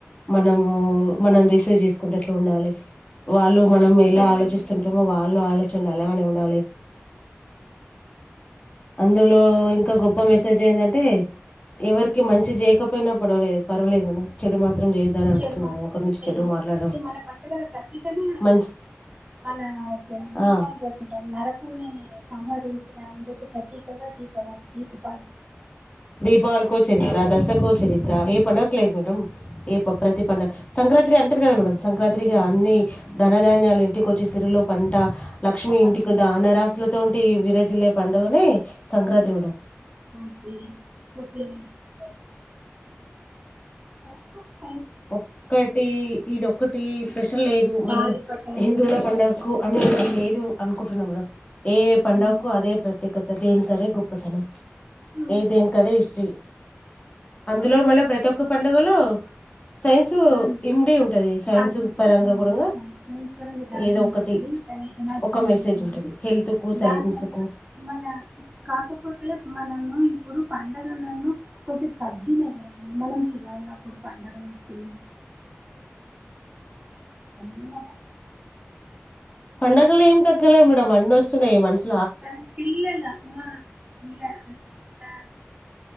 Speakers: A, on the left; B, on the right.
A: మనము మనం రిసీవ్ చేసుకుంటట్లు ఉండాలి. వాళ్ళు మనం ఎలా ఆలోచిస్తుంటామో వాళ్ళు ఆలోచనలు అలాగనే ఉండాలి. అందులో ఇంకా గొప్ప మెసేజ్ ఏయిందంటే ఎవరికి మంచి చేయకపోయినా పడవలేదు పర్వాలలేదు మేడం చెడు మాత్రం చేయొద్దని అనుకుంటున్నా
B: చెడు మాత్ర
A: మేడం ఒకరి నుంచి
B: చె్య
A: చెడు మాట్లాడడం
B: ఇది మన పడుగలో ప్రతీకనే అది
A: మంచి
B: మనం దీపావళి
A: ఆ
B: జరుపుకుంటారు నరకున్ని కామ నా ప్రతిక <unintelligible>
A: దీపావల్కో చరిత్ర దసారా కో చరిత్ర ఏ పండగ లేదు మేడం ఏ ప్రతి పండుగ సంక్రాంతి అంటారు కదా మేడం సంక్రాంతి తిరిగా అన్ని ధనధాన్యాలు ఇంటికి వచ్చి సిరిలు పంట
B: కొత్త
A: లక్ష్మి
B: పండుగ
A: ఇంటికి ధనరాశలతోంటి వీరజిల్లే పండుగనే సంక్రాంతి మేడం
B: <inaudible> పాపుమ్స్
A: ఒక్కోటి ఇదిఒక్కటిస్ స్పెషల్ లేదు
B: గాలిపటాలు
A: మన హిందువుల పండగకు
B: ఇవి
A: అని ఎమ్ లేదు అనుకుంటున్నా మేడం ఏ పండగకు
B: ఆ,
A: అదే ప్రత్యేక కొత్త గేమ్ అదే గొప్పతనం
B: అవును
A: ఏ దేని కదే హిస్టీరీ అందులో
B: ఆ,
A: మళ్ళా ప్రతి ఒక్క పండుగలో సైన్స్
B: ఉ
A: ఇమిడి ఉంటది సైన్స్
B: బాగు ఉంటుంది
A: పరంగా కూడాంగా
B: సైన్స్ పరంగా బాగు
A: ఏదో
B: ఉంటుంది
A: ఒకటి
B: దాని ఎనర్జీ
A: ఒక మెసేజ్
B: ఉంటుంది
A: ఉంటది హెల్త్ కు సైన్స్
B: దానివల్ల
A: కు
B: మన కాకపోతే మనము ఇప్పుడు పండుగలను కొంచెం తగ్గినాయి మేడం మనం చిన్నాగ ఉన్నప్పుడు పండుగలు వస్తే <unintelligible>
A: పండగలు ఏం తగ్గలే మేడం అన్న వస్త మ <unintelligible>
B: కాని పిల్లము పిల్ల పిల్ల-